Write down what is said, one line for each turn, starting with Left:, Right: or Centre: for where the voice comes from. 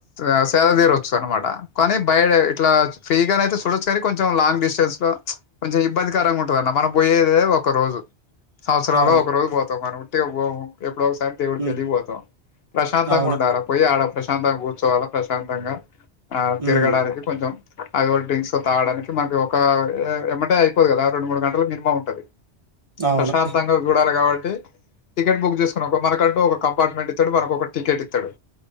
Left: ఆ సేద తీరొచ్చు అనమాట కానీ బయట ఇట్లా ఫ్రీ గానె అయితే చూడొచ్చు కానీ కొంచెం లాంగ్ డిస్ స్టెంన్స్ లొ మ్చ్ కొంచెం ఇ బ్బందికరంగా ఉంటదన్న మనం పోయేదే ఒక రోజు సంవత్సరంలో
Right: అవును
Left: ఒక రోజు పోతాం మనమండి పోము ఎప్పుడో ఒకసారి దేవుడు
Right: ఉమ్,
Left: పెళ్ళికి పోతాం ప్రశాంతంగా
Right: అవును
Left: ఉండాల పోయ్యి ఆడ ప్రశాంతంగా కూర్చోవాల ప్రశాంతంగా ఆ తిరగడానికి
Right: ఉమ్,
Left: కొంచెం అది కూడా డ్రింక్స్ తాగడానికి మనకి ఒక ఎమ్మటే అయిపోదు కదా రెండు మూడు గంటలు మినిమం ఉంటది
Right: అవును
Left: ప్రశాంతంగా చూడాల కాబట్టి టికెట్ బుక్ చేసుకున్నవనుకో మనకంటూ ఒక కంపార్ట్మెంట్ ఇత్తడు మనకు ఒక టికెట్ ఇత్తడు